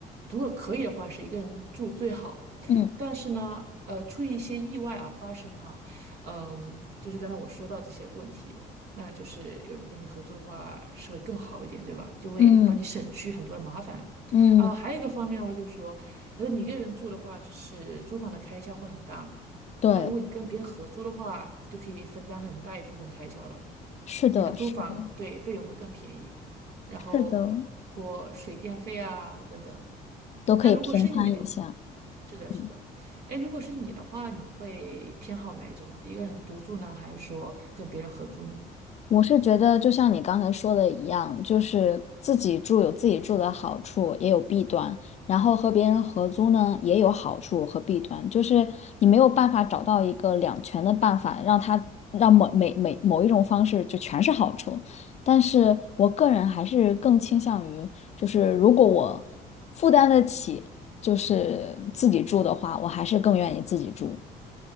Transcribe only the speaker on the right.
如果可以的话，是一个人住最好。
但是呢，呃，出于一些意外啊发生哈，嗯，就是刚才我说到这些问题，那就是有人跟你合租的话是会更好一点，对吧？就会帮你省去很多的麻烦。
啊，还有一个方面的话就是说，如果你一个人住的话，就是租房的开销会很大嘛。
那如果你跟别人合租的话，就可以分担很大一部分开销了。
你的租房对费用会更便宜，
然后
或水电费啊等等。
那如果是你的话，是的，
是的，哎，如果是你的话，你会偏好哪一种呢？一个人独住呢，还是说跟别人合租呢？